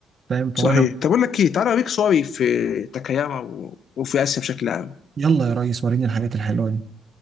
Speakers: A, on the right; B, on the left.
A: فاهم فهو
B: صحيح
A: انا
B: طب اقول لك ايه تعالى اوريك صوري في تاكاياما و- وفي اسيا بشكل عام
A: يلا يا ريس وريني الحاجات الحلوه دي